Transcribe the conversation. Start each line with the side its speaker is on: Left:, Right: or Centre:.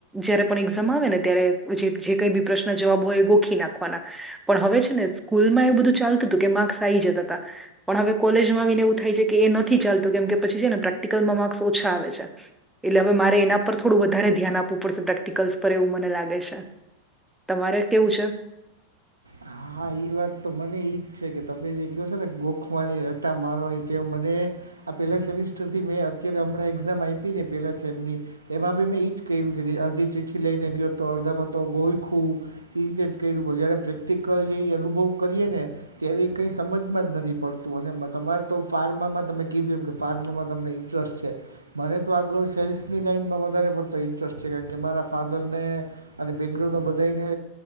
Centre: જયારે પણ એક્ઝામ આવે ને ત્યારે જે કઈ બી પ્રશ્ન જવાબ હોય એ ગોખી નાખવાના. પણ હવે છે ને સ્કૂલ માં એ બધું ચાલતું હતું કે માર્કસ આવી જતા હતા. પણ હવે કોલેજમાં આવીને એવું થાય છે કે એ નથી ચાલતું કેમ કે પછી છે ને પ્રેક્ટિકલમાં માર્ક્સ ઓછા આવે છે. એટલે હવે મારે એના પર થોડું વધારે ધ્યાન આપવું પડશે પ્રેક્ટિકલ્સ પર એવું મને લાગે છે. તમારે કેવું છે?
Right: હા ઈ વાત તો મને ઈ છે કે તમે જે કિયો છો ને ગોખવાની રટા મારવાની ટેવ મને આ પહેલા સેમિસ્ટર થી મેં અત્યારે હમણાં એક્ઝામ આપી ને પેલા સેમની. એમાં બી મેં ઈજ કર્યું છે કે અડધી ચિઠ્ઠી લઈને ગયો તો અડધામાં તો ગોઈખું. એ રીતે જ કર્યું જયારે પ્રેક્ટિકલ જે અનુભવ કરીએ ને. ત્યારે એ કંઈ સમજમાં જ નથી પડતું અને તમારે તો ફાર્મામાં તમે કીધું એમ કે ફાર્મામાં તમને. દશ. <unintelligible> મને તો આગળ સેલ્સની લાઈનમાં વધારે પડતો ઇન્ટરેસ્ટ છે કારણ કે મારા ફાધરને અને બેકગ્રાઉન્ડમાં બધાને